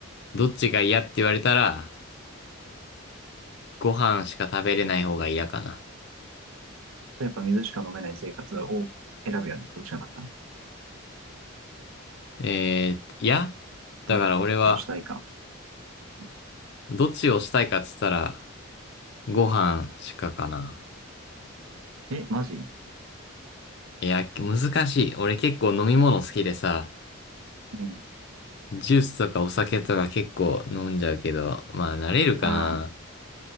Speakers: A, on the left (about 50°); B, on the right (about 75°).
A: どっちが嫌って言われたら、ご飯しか食べれない方が嫌かな。
B: あやっぱ水しか飲めない生活を選ぶよね。どっちがだったら。
A: えー、いや、
B: ど、
A: だから俺は、
B: どっちをしたいか。うん
A: どっちをしたいかっつったら、ご飯しかかな。
B: え、マジ
A: いや、難しい。俺結構飲み物好きでさ、
B: うん。
A: ジュースとかお酒とか結構飲んじゃうけど、まあ慣れるかな。
B: ああ。